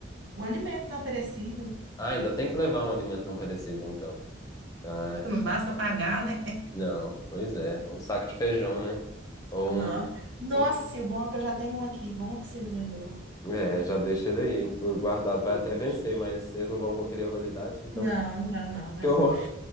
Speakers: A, on the right (about 70°); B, on the left (about 20°).
A: o alimento não perecível.
B: Ah, ainda tem que levar um alimento não perecível, então. Ah,
A: Não
B: é.
A: basta pagar, né?
B: não, pois é, um saco de feijão, né? Ou
A: Não.
B: um,
A: Nossa,
B: um-
A: e o bom é que eu já tenho um aqui. Bom que você me lembrou.
B: É, já deixa ele aí, guardado. Vai
A: Ixi.
B: até vencer, mas eles não vão conferir a validade, então.
A: Não, não vamos não, meu
B: Que
A: amor.
B: horror!